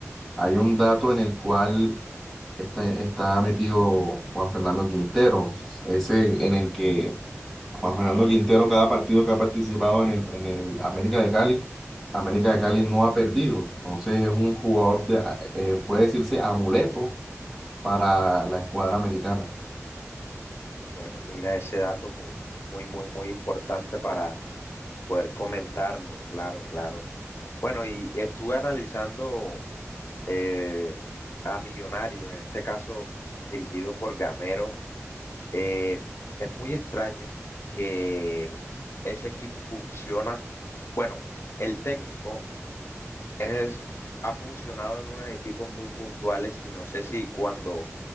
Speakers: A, in the centre; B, on the left.
A: hay un dato en el cual está, está metido Juan Fernando Quintero, ese en el que Juan Fernando Quintero, cada partido que ha participado en el, en el América de Cali, América de Cali no ha perdido. Entonces es un jugador de, eh, puede decirse amuleto para la escuadra americana.
B: Bueno, mira ese dato muy, muy, muy, muy importante para poder comentarlo, claro, claro. Bueno, y estuve analizando eh, a Millonario, en este caso dirigido por Gamero. Eh, es muy extraño que ese equipo funciona. Bueno, el técnico es, ha funcionado en unos equipos muy puntuales y no sé si cuando